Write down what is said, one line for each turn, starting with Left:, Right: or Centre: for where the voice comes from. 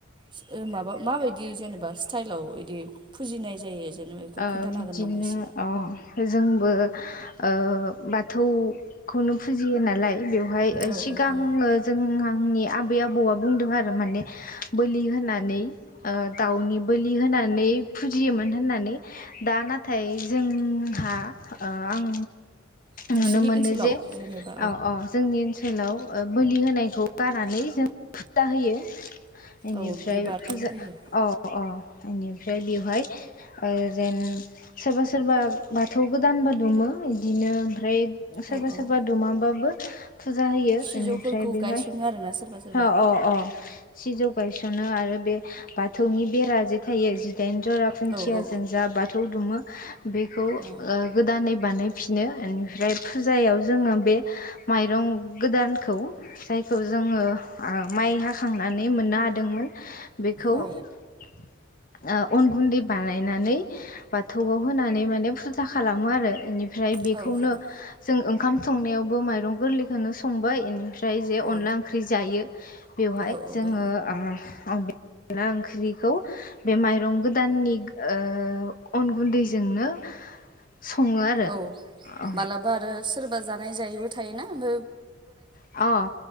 Right: सो ओ माबायदि जेनेबा इसतायेलआव इदि फुजिनाय जायो? जेनेबा बेखौ
Left: ओ
Right: खोन्थानो
Left: बिदिनो
Right: हागोन नामा एसे
Left: अ जोंबो ओ बाथौखौनो फुजियो नालाय बेवहाय
Right: औ
Left: सिगाङो
Right: औ औ
Left: जोंनि आ बै आबौआ बुंदों आरो माने बोलि होनानै ओ दाउनि बोलि होनानै फुजियोमोन होननानै दा नाथाय जोंहा ओ आं
Right: नोंसिनि
Left: नुनो मोनो
Right: ओनसोलाव
Left: जे औ
Right: जेनेबा
Left: औ जोंनि ओनसोलाव ओ बोलि होनायखौ बानानै जों फुजा होयो। एनिफ्राय
Right: औ बिबारनि
Left: फुजा
Right: होयो
Left: औ औ बेनिफ्राय बेवहाय। ओ जेन सोरबा सोरबा बाथौ गोदानबो दुमो बिदिनो ओमफ्राय सोरबा
Right: औ औ
Left: सोरबा दुमाबाबो फुजा होयो
Right: सिजौफोरखौ
Left: बेनिफ्राय बेवहाय
Right: गायसनो आरोना सोरबा सोरबा
Left: हा अ अ सिजौ बायसनाङा आरो बे बाथौनि बेरा जे थायो जिदाइन' जरा खुन्थियाजो
Right: औ औ
Left: जों जा बाथौ दुमो बेखौ ओ
Right: औ
Left: गोदानै बानाय फि नो एनिफ्राय फुजायाव जोङो बे माइरं गोदानखौ जायखौ जोङो ओ माइ हाखांनानै मोननो हादोंमोन बेखौ
Right: औ
Left: ओ अन गुन्दै बानायनानै बाथौआव होनानै माने फुजा खालामो आरो बेनि ओमफ्राय बेखौनो
Right: औ खालाम
Left: जों ओंखाम संनायावबो माइरं गोरलैखौनो संबाय इनिफ्राय। दायो जे
Right: औ
Left: अनला ओंख्रि जायो बेवहाय
Right: औ औ
Left: जोङो
Right: बे
Left: ओ। बे अनला ओंख्रिखौ बे माइरं गोदाननि। ओ अन गुन्दैजोंनो। सङो आरो
Right: औ
Left: औ
Right: मालाबा आरो सोरबा जानाय जायैबो थायोना ओब
Left: अ